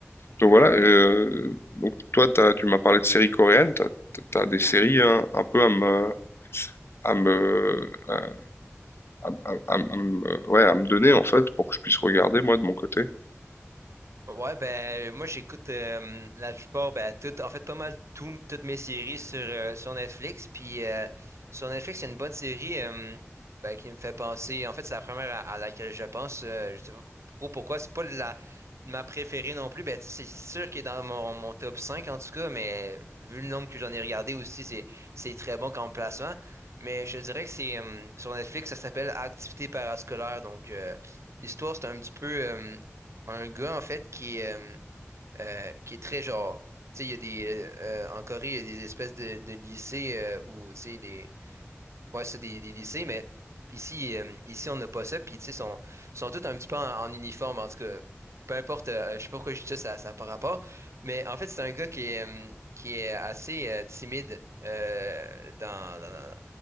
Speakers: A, on the left (about 55°); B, on the right (about 75°).
A: Donc voilà, euh, donc toi, t'as- tu m'as parlé de séries coréennes, t'as, t'as des séries hein, un peu à me, à me, à, à- à- à me, ouais, à me donner en fait pour que je puisse regarder moi de mon côté.
B: Ouais, ben moi j'écoute euh, la plupart, ben tout, en fait pas mal tout- toutes mes séries sur, euh, sur Netflix. Puis euh, sur Netflix, il y a une bonne série euh, ben, qui me fait penser. En fait, c'est la première à, à laquelle je pense. euh, je sais pas trop pourquoi. C'est pas la ma préférée non plus. Ben tu sais, c'est sûr qu'il est dans mon, mon top 5 en tout cas, mais vu le nombre que j'en ai regardé aussi, c'est c'est très bon comme placement. Mais je dirais que c'est euh, sur Netflix, ça s'appelle Activité parascolaire. Donc euh, l'histoire, c'est un petit peu. euh, un gars, en fait, qui est, euh, euh, qui est très genre. Tu sais, il y a des. euh, en Corée, il y a des espèces de, de lycées euh, où, tu sais, des. Ouais, c'est des, des lycées, mais ici, euh, ici on n'a pas ça. Puis, tu sais, sont, sont tous un petit peu en, en uniforme, en tout cas. Peu importe, euh, je sais pas pourquoi je dis ça, ça n'a pas rapport. Mais en fait, c'est un gars qui est, euh, qui est assez euh, timide euh, dans, dans,